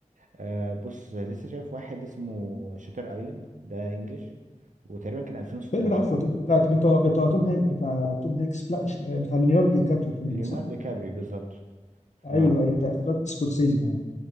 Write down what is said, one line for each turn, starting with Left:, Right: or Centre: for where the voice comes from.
Right: آه بص لسه شايف واحد اسمه شاتر ايلاند ده انجلش وتقريبا كان 2016
Left: فيلم العفو طب- بتاع بتاع بتاع توم هانك بتاع توم هانكس لا مش آه، بتاع ليوناردو دي كابريو فيلم
Right: ليوناردو
Left: ده صح؟
Right: كابري بالظبط
Left: ايوه
Right: ف
Left: ايوه بتاع اخراج سكورسيزي كمان